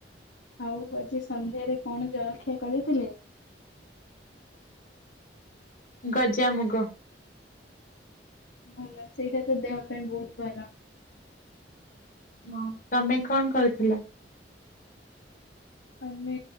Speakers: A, on the left; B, on the left.
A: ଆଉ ଆଜି ସନ୍ଧ୍ୟାରେ କଣ ଜଳଖିଆ କରିଥିଲେ
B: ଗଜାମୁଗ।
A: ଭଲ ସେଇଟା ତ ଦେହ ପାଇଁ ବହୁତ ଭଲ।
B: ହଁ ତମେ କଣ କରୁଥିଲ?
A: ଆମେ